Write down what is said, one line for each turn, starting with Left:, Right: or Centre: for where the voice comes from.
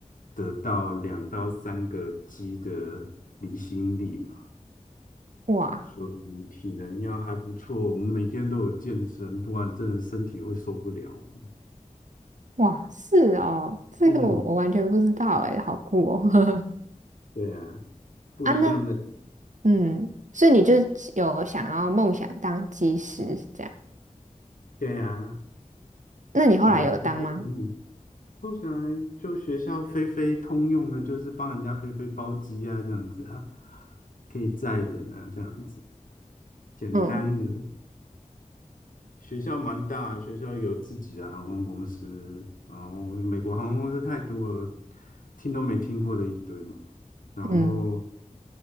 Left: 得到两到三个 G 的离心力嘛，
Right: 哇
Left: 所以体能要还不错。我们每天都有健身，不然真的身体会受不了。
Right: 哇，是哦，这个我我完全不知道哎，
Left: 嗯，
Right: 好酷哦！
Left: 对啊，
Right: <laughs>
Left: 不一样的，
Right: 啊，那嗯，所以你就有想要梦想当技师是这样？
Left: 对啊，
Right: 那你后来有当吗？
Left: 小时候的梦想，后来就学校飞飞通用的，就是帮人家飞飞包机啊，这样子啊，可以载人啊，这样子，简单的。
Right: 嗯
Left: 学校蛮大，学校有自己的航空公司，然后美国航空公司太多了，听都没听过的一堆嘛，然后
Right: 嗯，